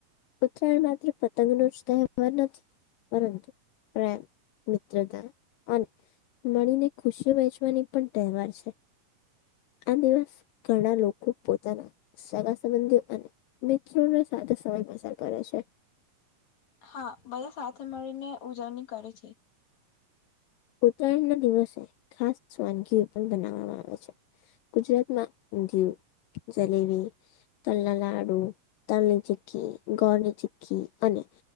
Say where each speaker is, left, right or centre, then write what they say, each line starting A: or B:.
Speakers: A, on the left; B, on the left.
A: ઉત્તરાયણ માત્ર પતંગનો જ તહેવાર નથી. પરંતુ પ્રેમ મિત્રતા અને મળીને ખુશીઓ વહેચવાની પણ તહેવાર છે. આ દિવસ ઘણા લોકો પોતાના સગા સંબંધીઓ અને મિત્રોને સાથે સમય પસાર કરે છે.
B: હા બધા સાથે મળીને ઉજવણી કરે છે.
A: ઉત્તરાયણ ના દિવસે ખાસ વાનગીઓ પણ બનાવવામાં આવે છે. ગુજરાતમાં ઉધિયું, જલેબી, તલના લાડુ તલની ચીકી ઘોની ચીકી અને